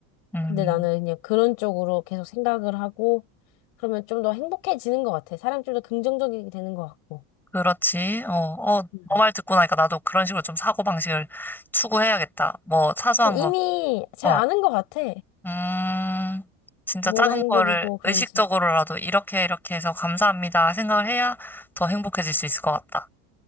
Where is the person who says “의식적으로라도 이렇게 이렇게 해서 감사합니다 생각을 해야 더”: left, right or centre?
Centre